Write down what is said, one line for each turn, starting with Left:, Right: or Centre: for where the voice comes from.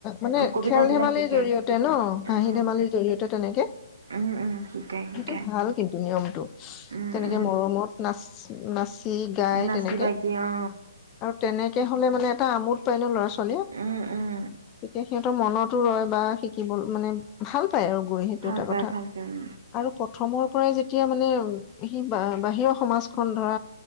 Left: মানে
Right: কবিতাবিলাক
Left: খেল ধেমালিৰ
Right: শিকায়
Left: জৰিয়তে ন হাঁহি
Right: উম
Left: ধেমালিৰ জৰিয়তে তেনেকে
Right: উম উম শিকাই শিকাই
Left: সেইটো ভাল কিন্তু নিয়মটো
Right: উম
Left: তেনেকে
Right: উম
Left: মৰমত মাছ গীত গাই
Right: নাচি
Left: তেনেকে
Right: বাগি অ
Left: আৰু তেনেকে হলে মানে এটা আমোদ পালে ল'ৰা ছোৱালীয়ে
Right: উম উম
Left: তেতিয়া সিহঁত মনতো ৰৈ বা শিকিব মানে ভাল পাই আৰু গৈ সেইটো
Right: ভাল
Left: এটা
Right: পায়
Left: কথা
Right: ভাল পায় উম
Left: আৰু প্ৰথমৰ পৰাই যেতিয়া মানে সি বা বাহিৰৰ সমাজখন ধৰা